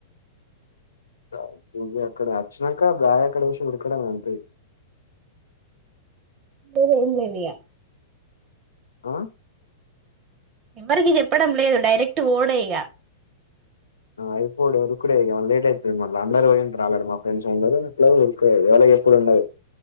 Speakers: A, on the left; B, on the right.
A: గ ఇగ అక్కడ అచ్చినంక బ్యాగ్ అక్కడేషి ఉరకడమే అంతే ఇగ.
B: వేరే ఎంలేదిగా
A: ఆ
B: ఎవరికి చెప్పడం లేదు డైరెక్ట్ పోవుడేఇగ.
A: ఆ అయిపోవుడె ఉరుకుడేఇగ మల్ లేట్ అయిత్తది మళ్ళ. అందరు పోయుంటరు ఆల్రెడీ మా ఫ్రెండ్స్ అందరూ ఇట్లాగు ఉరుకుడే ఎవళకు జెప్పుదుండదు,